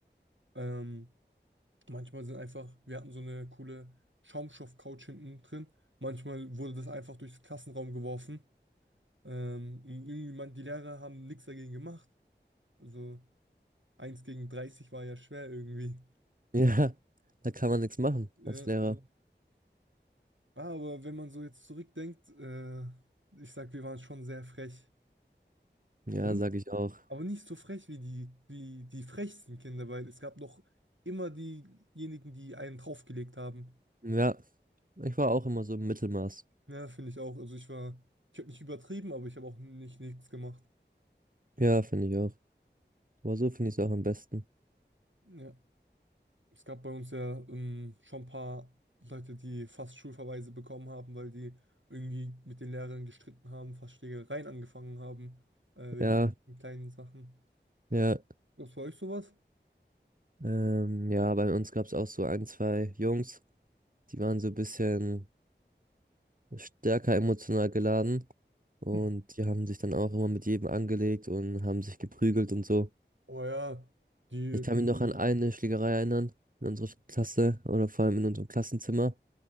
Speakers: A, on the right (about 90°); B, on the right (about 45°).
A: Ähm, manchmal sind einfach, wir hatten so eine coole Schaumstoff-Couch hinten drin. Manchmal wurde das einfach durchs Klassenraum geworfen. Ähm, und irgendwie, man, die Lehrer haben nichts dagegen gemacht. Also eins gegen 30 war ja schwer irgendwie.
B: Ja, da kann man nichts machen
A: Ja.
B: als Lehrer.
A: Aber wenn man so jetzt zurückdenkt, äh, ich sag, wir waren schon sehr frech.
B: Ja,
A: Aber, ni-
B: sag ich auch.
A: aber nicht so frech wie die, wie die frechsten Kinder, weil es gab noch immer diejenigen, die einen draufgelegt haben.
B: Ja, ich war auch immer so im Mittelmaß.
A: Ja, finde ich auch. Also ich war, ich habe nicht übertrieben, aber ich habe auch nicht nichts gemacht.
B: Ja, finde ich auch. Aber so finde ich es auch am besten.
A: Ja. Es gab bei uns ja ähm, schon ein paar Leute, die fast Schulverweise bekommen haben, weil die irgendwie mit den Lehrern gestritten haben, fast Schlägereien angefangen haben, äh, wegen
B: Ja,
A: irgendwelchen kleinen Sachen.
B: ja.
A: Was bei euch sowas?
B: Ähm, ja, bei uns gab es auch so ein, zwei Jungs, die waren so ein bisschen stärker emotional geladen und
A: Hm.
B: die haben sich dann auch immer mit jedem angelegt und haben sich geprügelt und so.
A: Oh ja, die,
B: Ich kann
A: hm,
B: mich noch an eine Schlägerei erinnern in unserer Klasse oder vor allem in unserem Klassenzimmer.